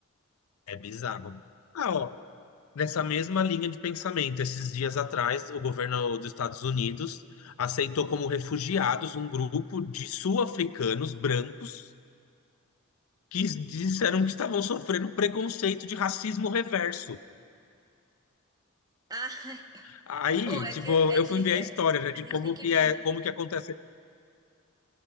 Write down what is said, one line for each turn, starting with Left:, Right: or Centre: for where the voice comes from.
Left: é bizarro. Ah, ó, Nessa mesma linha de pensamento, esses dias atrás, o governo dos Estados Unidos aceitou como refugiados um grupo de sul-africanos brancos que disseram que estavam sofrendo preconceito de racismo reverso.
Right: Ah, <laughs>
Left: Aí,
Right: Ou é
Left: tipo,
Right: de, é
Left: eu
Right: de,
Left: fui ver
Right: é-
Left: a história, né, de
Right: a gente
Left: como
Right: tem que
Left: que
Right: rir,
Left: é,
Right: né?
Left: como que acontece